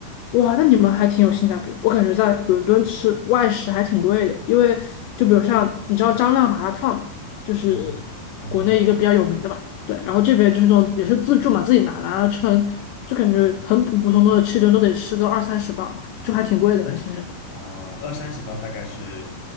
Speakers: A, on the left; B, on the left.
A: 哇，那你们还挺有性价比的。我感觉在伦敦吃外食还挺贵的，因为就比如像你知道张亮麻辣烫嘛，就是国内一个比较有名的吧，
B: 嗯嗯，哦，
A: 对，然后这边就是那种也是自助嘛，
B: 是
A: 自己拿拿了称，就感觉很普普通通的吃一顿都得吃个二三十磅，就还挺贵的呢，其实。
B: 啊、二三十磅大概是